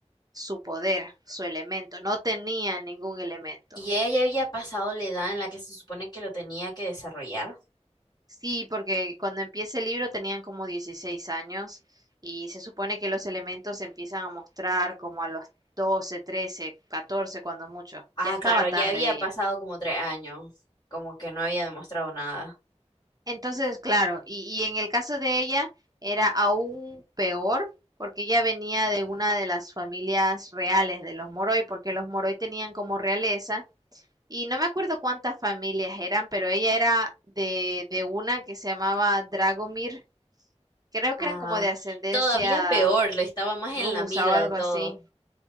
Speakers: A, on the right (about 35°); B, on the left (about 35°).
A: su poder, su elemento, no tenía ningún elemento.
B: Y ella ya había pasado la edad en la que se supone que lo tenía que desarrollar.
A: Sí, porque cuando empieza el libro tenían como 16 años y se supone que los elementos se empiezan a mostrar como a los 12, 13, 14 cuando mucho.
B: Ah,
A: Ya estaba
B: claro,
A: tarde
B: ya había
A: ella.
B: pasado como tres años, como que no había demostrado nada.
A: Entonces, claro, y, y en el caso de ella era aún peor porque ella venía de una de las familias reales de los Moroi, porque los Moroi tenían como realeza, y no me acuerdo cuántas familias eran, pero ella era de, de una que se llamaba Dragomir, Creo que
B: Ah,
A: eran como de ascendencia
B: todavía peor, le estaba más
A: rusa
B: en la mira
A: o algo
B: de todo.
A: así.